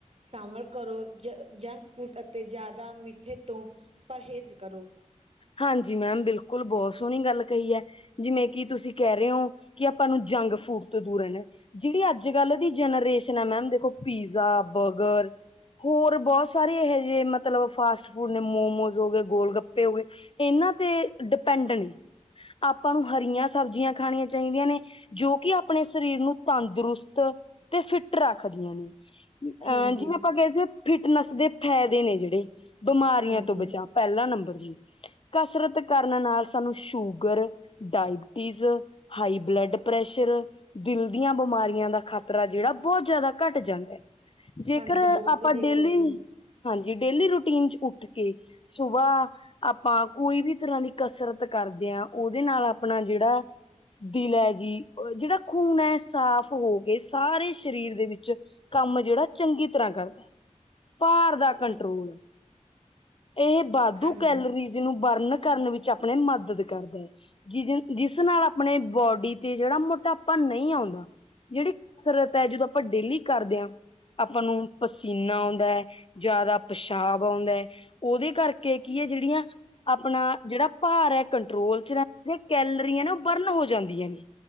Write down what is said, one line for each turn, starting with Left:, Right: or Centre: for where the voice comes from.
Right: ਸਾਂਵਲ ਕਰੋ ਜ- ਜੰਕ ਫੂਡ ਅਤੇ ਜਾਦਾ ਮਿੱਠੇ ਤੋਂ ਪਰਹੇਜ਼ ਕਰੋ।
Left: ਹਾਂਜੀ ਮੈਮ ਬਿਲਕੁਲ ਬਹੁਤ ਸੋਣੀ ਗੱਲ ਕਹੀ ਹੈ ਜਿਵੇਂ ਕਿ ਕੀ ਤੁਸੀਂ ਕੈ ਰੇ ਓ ਕਿ ਆਪਾਂ ਨੂੰ ਜੰਗ-ਫੂਡ ਤੋਂ ਦੂਰ ਰਹਿਣਾ ਜੇੜੀ ਅੱਜ ਕੱਲ੍ਹ ਦੀ ਜਨਰੇਸ਼ਨ ਐ ਮੈਮ ਦੇਖੋ ਪੀਜ਼ਾ, ਬਰਗਰ ਹੋਰ ਬੋਤ ਸਾਰੇ ਇਹੇ ਜੇ ਮਤਲਬ ਫਾਸਟ ਫੂਡ ਨੇ ਮੋਮੋਜ ਹੋ ਗਏ, ਗੋਲ - ਗੱਪੇ ਹੋ ਗਏ ਏਨਾਂ ਤੇ ਡਿਪੈਂਡ ਨੀ। ਆਪਾਂ ਨੂੰ ਹਰੀਆਂ ਸਬਜ਼ੀਆਂ ਖਾਣੀਆਂ ਚਾਈਦੀਆਂ ਨੇ ਜੋ ਕਿ ਅਪਣੇ ਸਰੀਰ ਨੂੰ ਤੰਦਰੁਸਤ ਤੇ ਫਿੱਟ ਰੱਖਦੀਆਂ ਨੇ, ਅ
Right: ਹਾਂਜੀ
Left: ਜਿਵੇਂ ਆਪਾਂ ਕਿਆ ਸੀ ਫਿਟਨੈਸ ਦੇ ਫ਼ੈਦੈ ਨੇ ਜੇੜੇ, ਬਿਮਾਰੀਆਂ
Right: ਹਾਂਜੀ
Left: ਤੋਂ ਬਚਾਅ ਪੈਲਾ ਨੰਬਰ ਜੀ। ਕਸਰਤ ਕਰਨ ਨਾਲ ਸਾਨੂੰ sugar, diabetes, high blood pressure, ਦਿਲ ਦੀਆਂ ਬਿਮਾਰੀਆਂ ਦਾ ਖ਼ਤਰਾ ਜੇੜਾ ਬੋਤ ਜਾਦਾ ਘੱਟ ਜਾਂਦੈ। ਜੇਕਰ
Right: ਹਾਂਜੀ ਬਹੁਤ
Left: ਆਪਾਂ
Right: ਵਧੀਆ
Left: ਡੇਲੀ
Right: ਗੱਲ ਹੈ ਜੀ
Left: ਹਾਂਜੀ, ਡੇਲੀ ਰੂਟੀਨ ਚ ਉੱਠ ਕੇ ਸੁਬਾਅ ਆਪਾਂ ਕੋਈ ਵੀ ਤਰ੍ਹਾਂ ਦੀ ਕਸਰਤ ਕਰਦੇ ਆ ਓਦੇ ਨਾਲ ਅਪਨਾ ਜੇੜਾ ਦਿਲ ਹੈ ਜੀ ਉਹ ਜਿਹੜਾ ਖੂਨ ਐ ਸਾਫ ਹੋ ਕੇ ਸਾਰੇ ਸਰੀਰ ਦੇ ਵਿੱਚ ਕੰਮ ਜਿਹੜਾ ਚੰਗੀ ਤਰ੍ਹਾਂ ਕਰ ਭਾਰ ਦਾ ਕੰਟਰੋਲ
Right: ਹਾਂ
Left: ਇਹ ਵਾਧੂ
Right: ਹਾਂਜੀ
Left: ਕਿਸੇ ਨੂੰ ਬਰਨ ਕਰਨ ਵਿੱਚ ਆਪਣੇ ਮਦਦ ਕਰਦਾ ਐ ਜਿ ਜਿਸ ਨਾਲ ਆਪਣੇ ਬੋਡੀ ਤੇ ਜਿਹੜਾ ਮੋਟਾਪਾ ਨਹੀਂ ਆਉਂਦਾ ਜਿਹੜੀ ਕਸਰਤ ਐ ਜਦੋਂ ਆਪਾਂ ਡੇਲੀ ਕਰ ਦਿਆਂ ਆਪਾਂ ਨੂੰ ਪਸੀਨਾ ਆਉਂਦਾ ਜ਼ਿਆਦਾ ਪਿਸ਼ਾਬ ਆਉਂਦਾ ਉਹਦੇ ਕਰਕੇ ਕੀ ਏ ਜਿਹੜੀਆਂ ਆਪਣਾ ਜਿਹੜਾ ਭਾਰ ਹੈ ਕੰਟਰੋਲ ' ਚ ਰਹਿੰਦਾ ਕੈਲਰੀ ਆਂ ਨਾ ਉਹ ਬਰਨ ਹੋ ਜਾਂਦੀਆਂ ਨੇ।